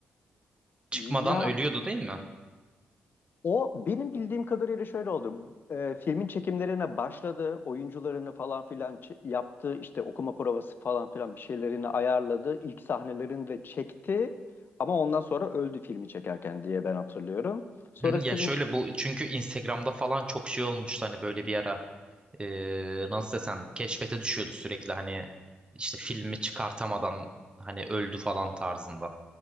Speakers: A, on the right; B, on the left.
A: çıkmadan
B: ya
A: ölüyordu değil mi?
B: O benim bildiğim kadarıyla şöyle oldu. Ee, filmin çekimlerine başladı, oyuncularını falan filan ç- yaptı, işte okuma provası falan filan bir şeylerini ayarladı, ilk sahnelerini de çekti. Ama ondan sonra öldü filmi çekerken diye ben hatırlıyorum. Sonra
A: Hı hı,
B: Steven
A: Ya şöyle bu çünkü Instagram'da falan çok şey olmuştu hani böyle bir ara e, nasıl desem keşfete düşüyordu sürekli hani işte filmi çıkartamadan hani öldü falan tarzında.